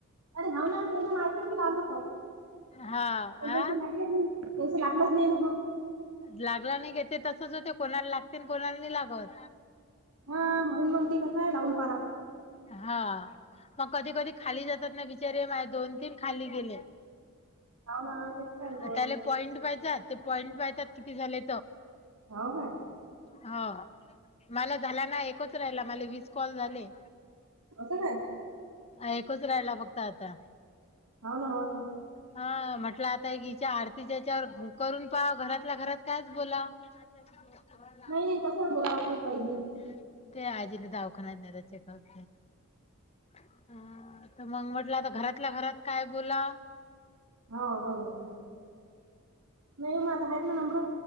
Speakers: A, on the right; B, on the left.
A: अरे हनन मातीरती ना फो
B: हा
A: पण त्याैस
B: आ
A: लागलेच नाही त्याैस लागलाच नाही ना पण
B: लागला नाही घेते तसच होते कोणाला लागते कोणाला नाही लागत.
A: हा म्हणून मग ते कसं आहे लावून, पहा लागतं.
B: हा. मग कधी कधी खाली जातात ना बिचार माझ दोन तीन खाली गेले.
A: हाव ना तेच काय हो
B: आ त्याला पॉइंट पाहितात ते पॉइंट पाहतात किती झाले.
A: हो काय?
B: हो मला झाला ना एकच राहिला मला विस कॉल झाले.
A: असं काय
B: एकूच राहिला फक्त आता
A: होन हो ना.
B: हा म्हटलं आता हिच्या आरतीच्याच्यावर करून पाव घरातल्या घरात काच बोला. <unintelligible>
A: नाही नाही तसं बोला लागते काही बी
B: ते आजीने दावाखान्या चेकअप हा तर मग म्हटलं आता घरातल्या घरात काय बोला
A: हा बरोबर न मात हयत ना नमर